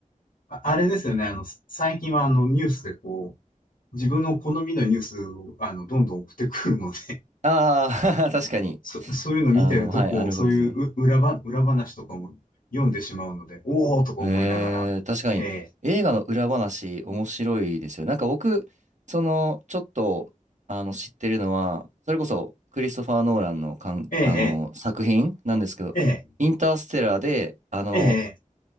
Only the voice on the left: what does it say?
あ、ああれですよね。あの、最近は、あの、ニュースで、こう、自分の好みのニュースを、あの、どんどん送ってくるので、
そ、そういうの見てると、
こう、
そういうう裏ば、裏話とかも読んでしまうので、おーとか思いながら、
ええ、
ええ、
ええ、
ええ、